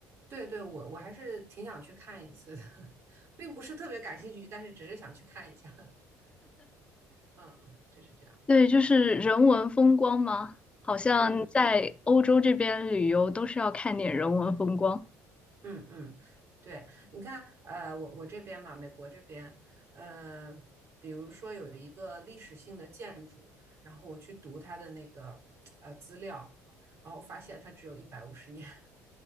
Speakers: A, on the right; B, on the left.
A: 对对，我我还是挺想去看一次的，<laughs> 并不是特别感兴趣，但是只是想去看一下。<laughs> 嗯，就是这样。
B: 对，就是人文风光嘛，好像在欧洲这边旅游都是要看点人文风光
A: 嗯嗯嗯，对，你看，呃，我我这边嘛，美国这边，呃，比如说有一个历史性的建筑，然后我去读它的那个呃资料，然后发现它只有一百五十年，<laughs>